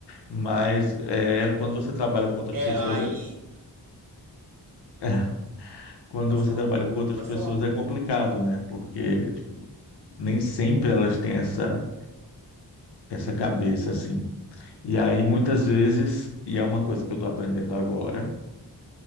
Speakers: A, on the left; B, on the right.
A: Mas é, quando você trabalha com outras
B: É,
A: pessoas,
B: aí.
A: <laughs> quando
B: Pode
A: você
B: falar,
A: trabalha
B: pode,
A: com outras
B: pode
A: pessoas
B: falar.
A: é complicado, né? Porque tipo, nem sempre elas têm essa, essa cabeça assim. E aí muitas vezes, e é uma coisa que eu estou aprendendo agora,